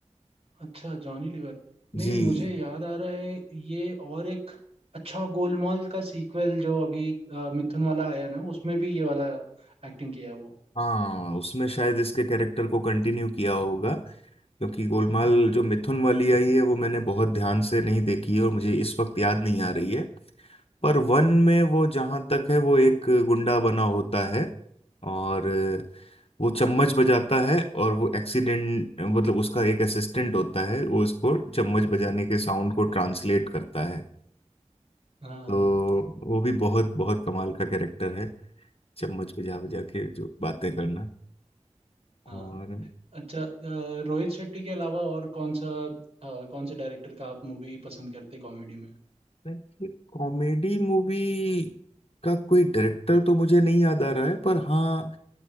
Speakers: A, on the right; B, on the left.
A: अच्छा जॉनी लीवर नहीं
B: जी
A: मुझे याद आ रहा है ये और एक अच्छा गोलमाल का सीक्वल जो अभी अ, मिथुन वाला आया ना उसमें भी ये वाला एक्टिंग किया है वो
B: हाँ उसमें शायद इसके कैरेक्टर को कंटिन्यू किया होगा क्योंकि गोलमाल
A: हम्म
B: जो मिथुन वाली आई है वो मैंने बहुत ध्यान से नहीं देखी है और मुझे इस वक्त याद नहीं आ रही है पर वन में वो जहां तक है वो एक गुंडा बना होता है और वो चम्मच बजाता है और वो एक्सीडेंट मतलब उसका एक असिस्टेंट होता है वो उसको चम्मच बजाने के साउंड को ट्रांसलेट करता है
A: हाँ हाँ
B: तो वो भी बहुत बहुत कमाल का कैरेक्टर है चम्मच बजा बजा के जो बातें करना
A: हाँ
B: और
A: अच्छा अ, रोहित शेट्टी के अलावा और कौन सा अ, कौन से डायरेक्टर का आप मूवी पसंद करते कॉमेडी में
B: देखिए, कॉमेडी मूवी का कोई डायरेक्टर तो मुझे नहीं याद आ रहा है पर हाँ